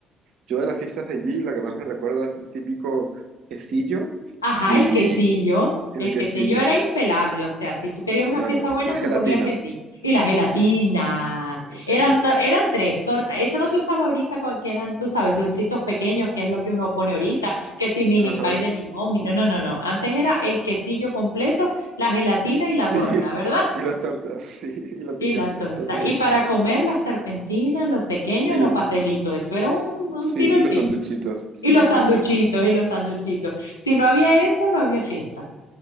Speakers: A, on the right; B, on the left.
A: Yo de las fiestas de allí, lo que más me recuerda es el típico quesillo
B: Ajá,
A: y
B: el quesillo.
A: el
B: El
A: quesillo.
B: quesillo era impelable, o sea, si tú querías una
A: Claro.
B: fiesta buena,
A: Y gelatina.
B: tú ponías quesillo. Y la gelatina.
A: Sí.
B: Era to- eran tres tortas. Eso no se usaba ahorita, con- que eran, tú sabes, dulcitos pequeños, que es lo que uno pone ahorita, que si mini
A: Ajá.
B: pie de limón. mi- No, no, no, no. Antes era el quesillo completo, la gelatina y la
A: Sí.
B: torta, ¿verdad?
A: Y las tortas, sí. Y la
B: Y
A: piñata,
B: la torta.
A: así.
B: Y para comer las serpentinas, los pequeños,
A: Sí.
B: los pastelitos. Eso era un, un
A: Sí.
B: tiro
A: Y
B: al
A: los
B: piso.
A: sanduchitos. Sí,
B: Y los
A: sí,
B: sanduchitos,
A: sí, sí.
B: y los sanduchitos. Si no había eso, no había fiesta.